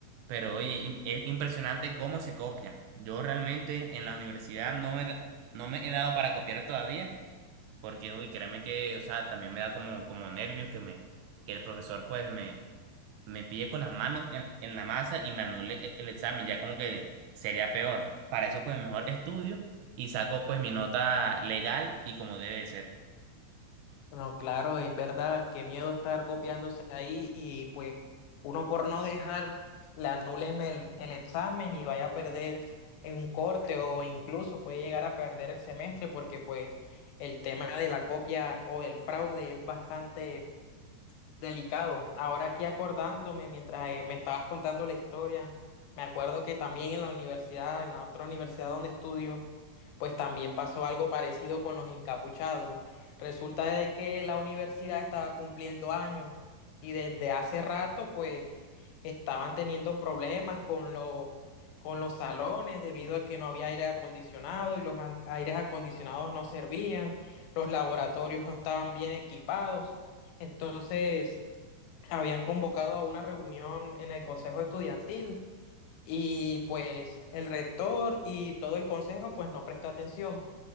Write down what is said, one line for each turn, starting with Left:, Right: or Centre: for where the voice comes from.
Right: Pero oye, im- es impresionante cómo se copian. Yo realmente en la universidad no me, da- no me he dado para copiar todavía, porque uy, créeme que, o sea, también me da como, como nervios que me, que el profesor pues me, me pille con las manos en, en la masa y me anule e- el examen, ya como que sería peor. Para eso pues mejor estudio y saco pues mi nota legal y como debe de ser.
Left: No, claro, es verdad, qué miedo estar copiándose ahí y pues uno por no dejar le anulen el, el examen y vaya a perder en un corte o incluso puede llegar a perder el semestre porque pues el tema de la copia o el fraude es bastante Delicado. Ahora aquí acordándome, mientras eh, me estabas contando la historia, me acuerdo que también en la universidad, en la otra universidad donde estudio, pues también pasó algo parecido con los encapuchados. Resulta de que la universidad estaba cumpliendo años y desde hace rato pues estaban teniendo problemas con los con los salones debido a que no había aire acondicionado y los an- aires acondicionados no servían, los laboratorios no estaban bien equipados. Entonces, habían convocado a una reunión en el consejo estudiantil y pues el rector y todo el consejo pues no prestó atención.